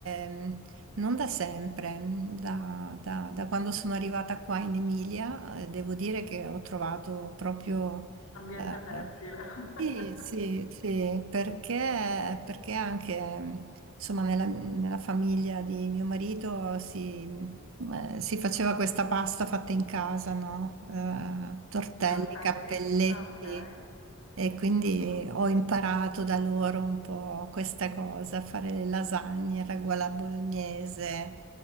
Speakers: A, on the right; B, on the left.
A: ehm, non da sempre, mm, da, da- da quando sono arrivata qua in Emilia, eh, devo dire che ho trovato proprio,
B: ambiente
A: eh,
B: fertile. <laughs>
A: Sì, sì, sì, perché, perché anche mh, insomma, nella, nella famiglia di mio marito si, mh, eh, si faceva questa pasta fatta in casa, no? Eh, tortelli,
B: I tortelli?
A: cappelletti,
B: Ah, okay.
A: e quindi
B: Ah-ah.
A: ho imparato da loro un po' questa cosa, fare le lasagne, il ragù alla bolognese.